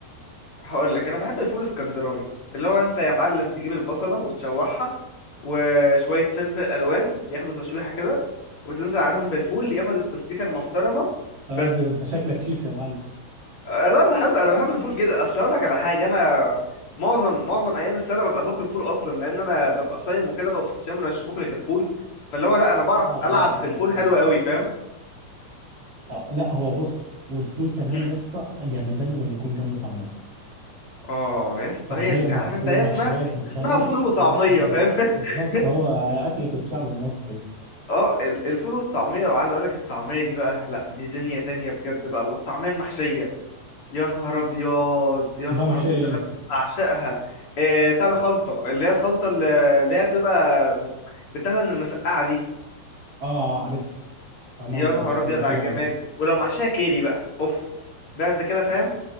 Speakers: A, on the left; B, on the right.
A: هقول لك انا بحب الفول اسكندراني اللي هو انت يا معلم تجيب البصله وتشوحها وشويه فلفل الوان ياخدوا تشويحه كده وتنزل عليهم بالفول ياخد التسبيكه المحترمه
B: يا
A: بس
B: واد ده انت شكلك شيف يا معلم
A: انا بحب انا بحب الفول جدا اصل اقول لك على حاجه انا معظم معظم ايام السنه ببقى باكل فول اصلا لان انا ببقى صايم وكده وفي الصيام انا مش باكل غير فول فاللي هو لا انا بعرف
B: اه
A: العب
B: اه
A: في الفول
B: اه
A: حلو قوي فاهم
B: اه, آه لا هو بص والفول كمان
A: امم
B: يا اسطى جمدانه لما يكون جنبه طعميه
A: اه يا اسطى
B: طعمية
A: هي ال-
B: مع
A: عارف انت
B: فول
A: هي
B: مع
A: اسمها
B: شوية مخلل
A: اسمها فول وطعميه
B: يا نهار
A: فاهم
B: أبيض
A: <laughs>
B: بالظبط هو أكلة الشعب المصري بس
A: اه ال- الفول والطعميه وعايز اقول لك الطعميه دي بقى لا دي دنيا تانية بجد بقى والطعميه المحشيه يا نهار ابيض
B: بحبها
A: يا نهار
B: محشية
A: ابيض انا
B: أنت
A: بعشقها إيه بتاع ده خلطه اللي هي الخلطه اللي اللي هي بتبقى بتاخدها من المسقعه دي
B: أه آه، عارف طعمها
A: يا
B: بيبقى
A: نهار
B: بيبقى
A: ابيض
B: حلو
A: على الجمال
B: أوي
A: ولو محشيه كيري بقى اوف ده انت كده فاهم